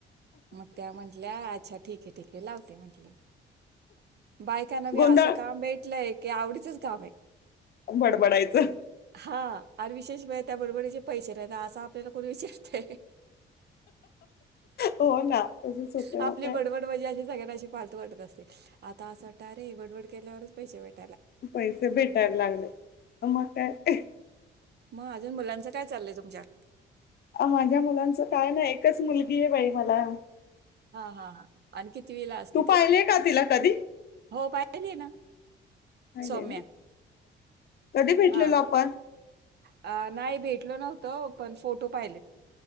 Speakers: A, on the right; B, on the left.
A: मग त्या म्हंटल्या, 'अछ-' ठीक आहे, ठीक आहे, लावते, म्हटले बायकाांना बी
B: गोंधळ
A: असं काम भेटलंय. क आवडीचच काम आहे.
B: बडबडायचं.
A: हा, आणि विशेष म्ह त्या बडबडीचे पैसे राहता असा आपल्याला करून वि-
B: हो ना, तसंच होतंय
A: आपली
B: मग काय.
A: बडबड मजी अशी सगळ्यांशी पालत वाटत असते. आता असं वाटत रे बडबड केल्यावरच पैसे भेट
B: पैसे भेटायला लागले मग काय.
A: मग अजून मुलांचं काय चाललंय तुमच्या?
B: अ, माझ्या मुलांचं काय नाही एकच मुलगी बाई मला.
A: हा हा ह! आणि किती विला असते
B: तू
A: ती?
B: पाहिलीये का तिला कधी?
A: हो- अे ना
B: अे
A: सौम्या.
B: ना कधी भेटलेलो
A: हां.
B: आपण?
A: अ.. नाही भेटल नव्हतं, पण फोटो पाहिलेत.